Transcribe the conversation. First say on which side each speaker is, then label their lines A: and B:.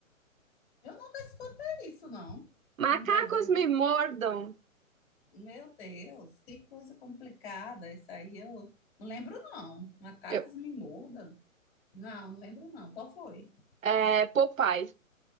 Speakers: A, on the left (about 45°); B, on the right (about 70°).
A: Eu nunca escutei isso, não.
B: Macacos
A: Num desenho.
B: me
A: que-
B: mordam.
A: Meu Deus, que coisa complicada. Isso aí eu não lembro, não. Macacos
B: Eu-
A: me mordam. Não, não lembro, não. Qual foi?
B: é, Popeye.